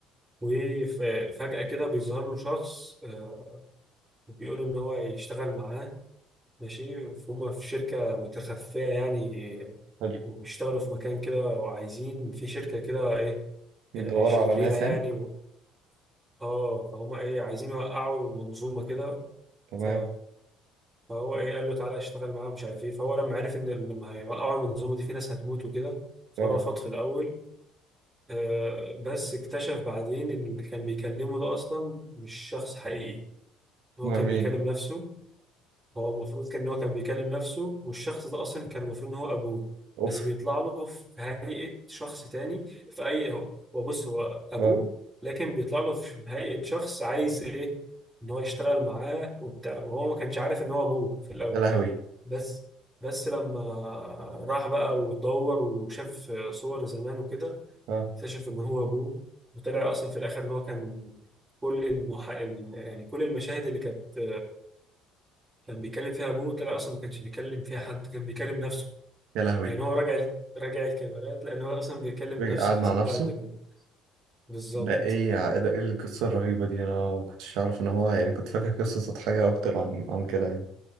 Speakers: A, on the right; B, on the right.
A: وفجأة كده بيظهر له شخص آه، وبيقول إن هو يشتغل معاه ماشي فهم في شركة متخفية يعني
B: حلو
A: وبيشتغلوا في مكان كده وعايزين في شركة كده إيه
B: بيدوروا
A: آه، شريرة
B: على ناس
A: يعني
B: يعني
A: و- آه فهم إيه عايزين يوقعوا منظومة كده
B: تمام
A: ف... فهو إيه قال له تعالى اشتغل معاهم مش عارف إيه فهو لما عرف إن لما هيوقعوا المنظومة دي في ناس هتموت وكده فرفض
B: اه
A: في الأول آه، بس اكتشف بعدين إن اللي كان بيكلمه ده أصلا مش شخص حقيقي ان هو
B: امال
A: كان
B: مين
A: بيكلم نفسه هو المفروض كان ان هو كان بيكلم نفسه والشخص ده اصلا كان المفروض ان هو ابوه
B: اوف
A: بس بيطلع له في هيئة شخص تاني في اي هو هو بص هو ابوه
B: اه
A: لكن بيطلع له في هيئة شخص عايز ايه ان هو يشتغل معاه وبتاع وهو ما كانش عارف ان هو ابوه في الاول
B: يا لهوي
A: بس بس لما راح بقى واتدور وشاف صور زمان وكده
B: اه
A: اكتشف ان هو ابوه وطلع اصلا في الاخر ان هو كان كل المح... يعني كل المشاهد اللي كانت كان بيكلم فيها ابوه طلع اصلا ما كانش بيكلم فيها حد كان بيكلم نفسه
B: يا لهوي
A: يعني هو راجع راجع الكاميرات لان هو اصلا بيكلم
B: بيجي
A: نفسه
B: قاعد مع
A: اصلا
B: نفسه
A: بعد ده كله بالظبط
B: ده ايه يا- ده ايه القصة الرهيبة دي انا ما كنتش اعرف ان هو يعني كنت فاكر قصة سطحية اكتر عن عن كده يعني